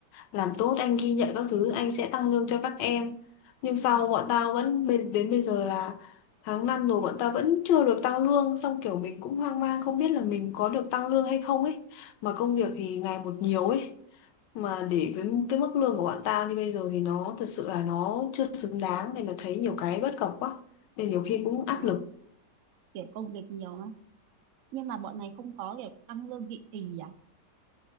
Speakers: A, on the left; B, on the right.
A: làm tốt anh ghi nhận các thứ anh sẽ tăng lương cho các em nhưng sau
B: ừ.
A: bọn tao vẫn bê- đến bây giờ là tháng 5 rồi bọn tao vẫn chưa được tăng lương xong kiểu mình cũng hoang mang không biết là mình có được tăng lương hay không ấy mà công việc thì ngày một nhiều ấy mà để với cái mức lương của bọn tao như bây giờ thì nó thật sự là nó chưa xứng đáng nên là thấy nhiều cái bất cập quá nên nhiều khi cũng
B: Ờ,
A: áp lực
B: kiểu công việc nhiều á nhưng mà bọn này không có kiểu tăng lương định kỳ à